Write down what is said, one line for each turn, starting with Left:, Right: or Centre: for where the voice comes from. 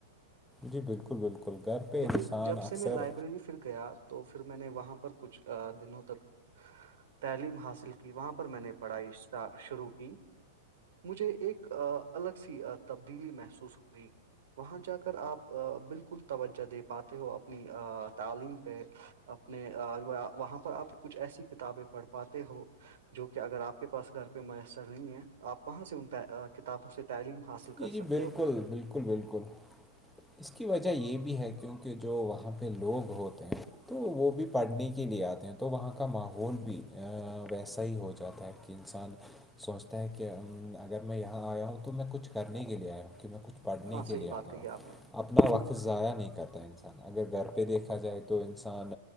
Centre: جی بالکل بالکل گھر پہ
Right: لیکن
Centre: انسان
Right: جب
Centre: اکثر
Right: سے میں لائبریری گیا تو پھر میں نے وہاں پر کچھ دنوں تک تعلیم حاصل کی کہ وہاں پر میں نے پڑھائی اسٹ شروع کی مجھے ایک الگ سی تبدیلی محسوس ہوئی وہاں جا کر آپ بالکل توجہ دے پاتے ہو اپنی تعلیم پہ اپنے وہاں پر آپ کچھ ایسی کتابیں پڑھ پاتے ہو جو کہ اگر آپ کے پاس گھر پہ میسر نہیں ہے آپ کہاں سے ان کتابوں سے تعلیم حاصل
Centre: جی
Right: کر
Centre: جی
Right: سکتے
Centre: بالکل
Right: ہو
Centre: بالکل بالکل اس کی وجہ یہ بھی ہے کیونکہ جو وہاں پہ لوگ ہوتے ہیں تو وہ بھی پڑھنے کے لیے آتے ہیں تو وہاں کا ماحول بھی ویسا ہی ہو جاتا ہے کہ کہ انسان سوچتا ہے کہ اگر میں یہاں آیا ہوں تو میں کچھ کرنے کے لیے آیا ہوں کہ میں کچھ پڑھنے
Right: ہاں
Centre: کے
Right: صحیح
Centre: لیے
Right: بات
Centre: آتا
Right: کہی
Centre: ہ
Right: آپ نے
Centre: اپنا وقت ضائع نہیں کرتا انسان اگر گھر پہ دیکھا جائے تو انسان